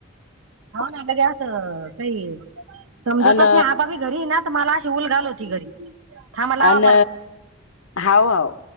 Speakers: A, on the right; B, on the left.
A: हो ना बघे असं काही समजतच
B: अन
A: नाही आता बाई. घरी नात मला अशी उल घाल होती घरी. थांबा लावा
B: अन
A: परत.
B: हाय होय.